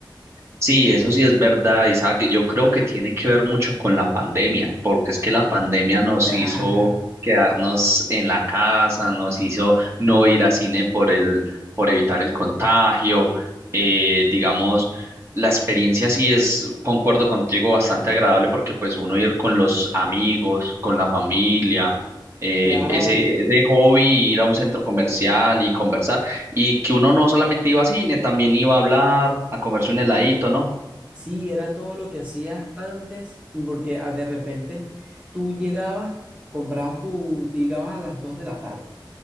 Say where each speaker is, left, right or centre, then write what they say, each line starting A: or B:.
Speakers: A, on the right; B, on the right.
A: Sí, eso sí es verdad, Isaac. Yo creo que tiene que ver mucho con la pandemia, porque es que la pandemia nos
B: ¡Guau!
A: hizo quedarnos en la casa, nos hizo no ir a cine por el, por evitar el contagio. Eh, digamos, la experiencia sí es, concuerdo contigo, bastante agradable porque pues uno ir con los amigos, con la familia, eh,
B: Claro.
A: ese, ese hobby, ir a un centro comercial y conversar y que uno no solamente iba a cine, también iba a hablar, a comerse un heladito, ¿no?
B: Sí, era todo lo que hacías antes, porque ah, de repente tú llegabas, comprabas tu, llegabas a las 2 de la tarde